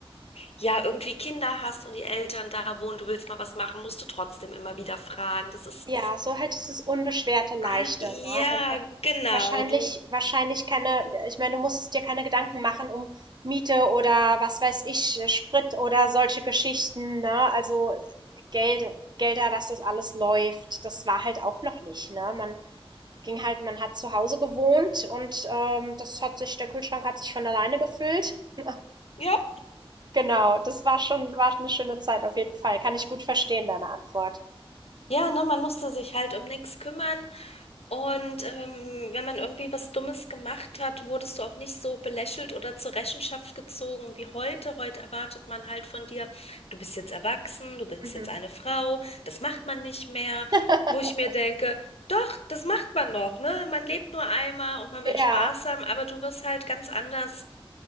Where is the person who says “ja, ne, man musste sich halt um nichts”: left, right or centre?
Left